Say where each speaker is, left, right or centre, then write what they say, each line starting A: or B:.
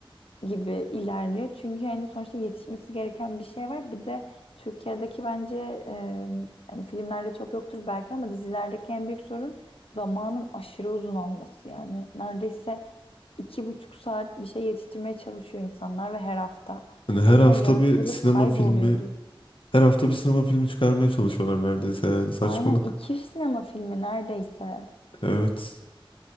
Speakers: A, on the left; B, on the left.
A: gibi ilerliyor. Çünkü hani sonuçta yetişmesi gereken bir şey var. Bir de Türkiye'deki bence e, yani filmlerde çok yoktur belki ama dizilerdeki en büyük sorun zamanın aşırı uzun olması. Yani neredeyse iki buçuk saat bir şey yetiştirmeye çalışıyor insanlar ve her hafta.
B: Hani her
A: O yüzden
B: hafta
A: yaratıcılık
B: bir sinema
A: kayboluyordur.
B: filmi, her hafta bir sinema filmi çıkarmaya çalışıyorlar neredeyse yani saçmalık.
A: Aynen iki sinema filmi neredeyse.
B: Evet.